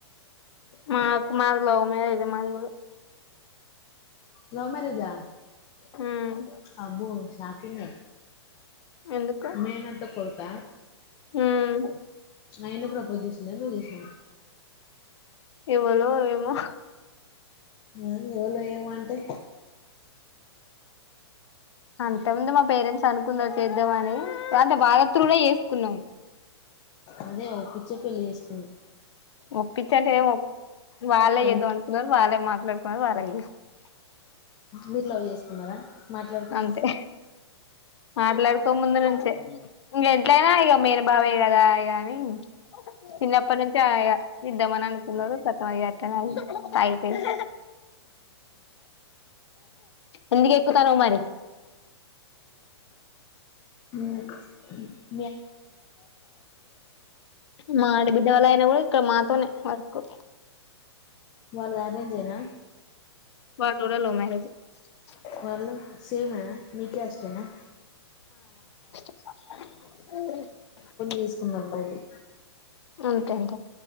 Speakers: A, on the left; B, on the left.
A: మాకు మాది లవ్ మ్యారేజ్ మ మదిగు
B: లవ్ మ్యారేజ్ ఆ
A: హ్మ్మ్
B: అబ్బో షాకింగ్
A: ఎందుకు
B: మేన్తో కొడుక
A: ఉమ్
B: ఆయన ప్రపోజ్ చేసిండ నువ్వు చేస
A: ఎవలో ఏమో
B: ఆ ఎవలో ఏమో అంటే
A: అంతముంది మా పేరెంట్స్ అనుకున్నారు చేద్దామ అని అంటే బాగాత్ర కూడా చేసుకున్నాం
B: అదే ఒ పిచ్చే పెళ్లిి చేసుకుని
A: ఒప్పించంటే ఏ
B: అను
A: వాళ్ళే ఎద వంతున్నారు వాళ్ళే మాట్లాడు <unintelligible>
B: మీరు లవ్ చేసుకున్నారా మాట్లాడుకున్నాక
A: అంతే మాట్లాడుకో ముందు నుంచే ఇం ఎట్లయినా ఇక మీర బావయ కదా గాని చిన్నప్పటి నుంచి ఆ ఇద్దామని అనుకున్నారు కొత్తది అట్ట ఆగి పోయింది ఎందుకు ఎక్కు తను మరి
B: హ
A: మ బిడ్డ వల ఆయన కూడా ఇక్కడ మాతోనే వర్కు
B: వాళ్ళు అరేంజ్ ఏనా
A: వాళ్ళు కూడా లవ్ మ్యారేజ్ ఏ
B: వాళ్ళ సేమ్ అ మీ కాస్ట్ ఏనా
A: <unintelligible>
B: చేసుకున్నారు లవ్లు
A: అంతేంట